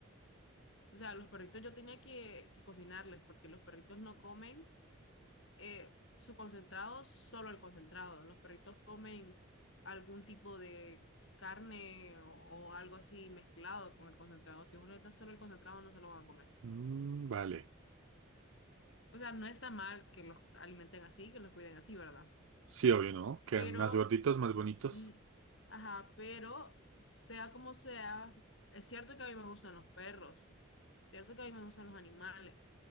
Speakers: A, on the left; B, on the right.
A: o sea, a los perritos yo tenía que, que cocinarles, porque los perritos no comen eh, su concentrado, solo el concentrado, los perritos comen algún tipo de carne o, o algo así mezclado con el concentrado, si uno les da solo el concentrado no se lo van a comer.
B: Mm, vale.
A: O sea, no está mal que los alimenten así, que los cuiden así, ¿verdad?
B: Sí, obvio, ¿no? Quedan
A: Pero
B: más gorditos, más bonitos.
A: Mm, Ajá, pero sea como sea, es cierto que a mí me gustan los perros, cierto que a mí me gustan los animales,